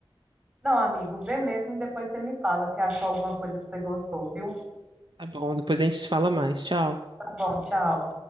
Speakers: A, on the right; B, on the right.
A: Não, amigo, vê mesmo e depois você me fala se achou alguma coisa que você gostou, viu?
B: Tá bom, depois a gente se fala mais. Tchau.
A: Tá bom, tchau.